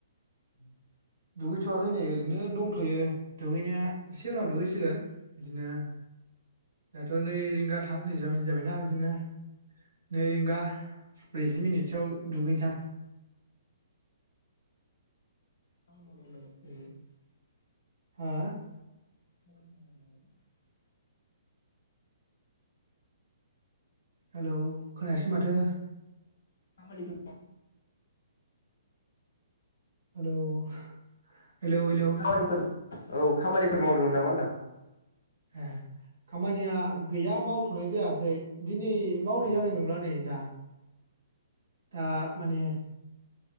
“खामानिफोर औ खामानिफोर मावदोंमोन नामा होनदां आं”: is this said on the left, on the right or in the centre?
Left